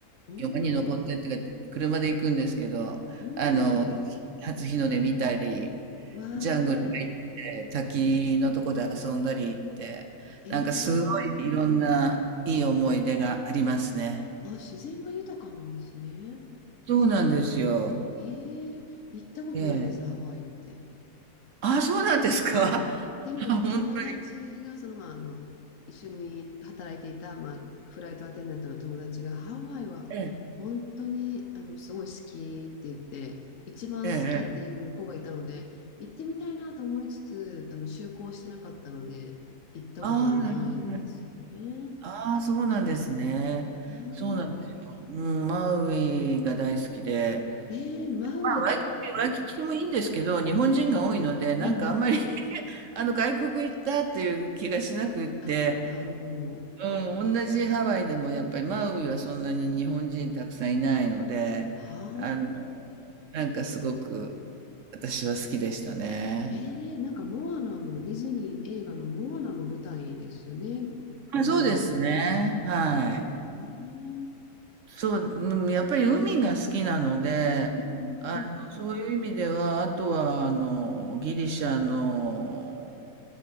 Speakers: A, on the left; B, on the right.
A: うん、
B: 山に登ってってか、車で行くんですけど、
A: うん、
B: あの、初日の出見たり、
A: わー、
B: ジャングル入って、滝のとこで遊んだりって、
A: ええ
B: なんかすごいいろんないい思い出がありますね。
A: あ、自然が豊かなんですね。
B: そうなんですよ。
A: ええ行ったことないです、
B: ええ。
A: ハワイって。
B: ああ、そうなんですか
A: そう。
B: <laughs>
A: でも友達がその、
B: あ、本当に。
A: まあ、あの一緒に働いていた、まあ、フライトアテンダントの友達がハワイは本当にあのすごい好きって言って一番好きっていう子がいたので行ってみたいなと思いつつあの就航してなかったので行ったことがないんですよね。
B: ええ、ええ。ええああ、なるほど。ああ、そうなんですね。
A: うん。
B: そうなんですよ。うん、マウイが大好きで、
A: えー、マウイって。
B: まあ、ワイキキ、ワイキキもいいんですけど、
A: うん
B: 日本人が多いので、
A: うん
B: なんかあんまり、<laughs>
A: うん。
B: あの、外国行ったっていう気がしなくって、
A: あ、なるほど。
B: うん、同じハワイでもやっぱりマウイはそんなに日本人たくさんいないので、
A: はあ。
B: あの、なんかすごく私は好きでしたね。
A: ええなんかモアナの、ディズニー映画のモアナの舞台ですよね、マウイ。
B: まあ、そうですね。はい。
A: ああ、うん
B: そう、うん、やっぱり海が好きなので、
A: うんうん
B: あの、そういう意味では、あとは、あの、ギリシャの、